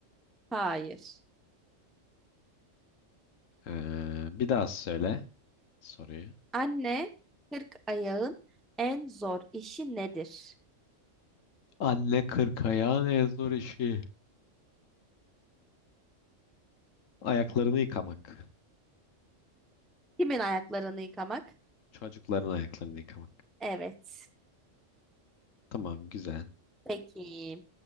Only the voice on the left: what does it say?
Ee, bir daha söyle soruyu.
Anne kırkayan en zor işi. Ayaklarını yıkamak.
Çocukların ayaklarını yıkamak.
Tamam güzel.